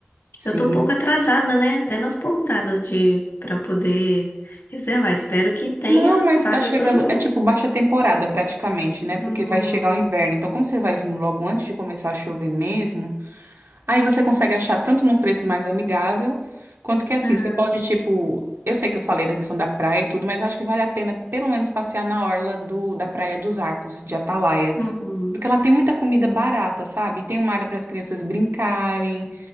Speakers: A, on the right; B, on the left.
A: Sim.
B: Eu tô um pouco atrasada, né? Até nas pousadas de para poder reservar. Espero que tenha
A: Não, mas
B: vaga
A: tá chegando.
B: pro meu.
A: É tipo baixa temporada praticamente, né? Porque
B: Hum,
A: vai chegar o inverno. Então, como você vai vir logo antes de começar a chover mesmo. Aí você consegue achar tanto num preço mais amigável, quanto que assim,
B: ah,
A: você pode, tipo, eu sei que eu falei da questão da praia e tudo, mas eu acho que vale a pena pelo menos passear na orla do, da Praia dos Arcos, de Atalaia,
B: uhum.
A: porque ela tem muita comida barata, sabe? Tem uma área para as crianças brincarem,